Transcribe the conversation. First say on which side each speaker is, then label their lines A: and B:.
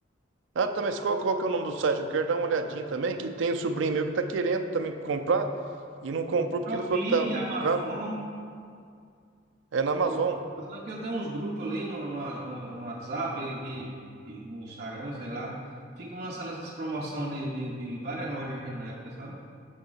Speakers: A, on the right; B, on the right.
A: Ah, tá, mas qual, qual que é o nome do site? Eu quero dar uma olhadinha também, que tem um sobrinho meu que tá querendo também comprar e não comprou porque
B: Shopee,
A: ele falou que tava muito
B: Amazon.
A: caro. É na Amazon.
B: Top. Só que eu tenho uns grupos ali no, no, no, no WhatsApp, e, e- e no Instagram, sei lá. Ficam lançando essas promoções de, de, de várias lojas genéricas, sabe?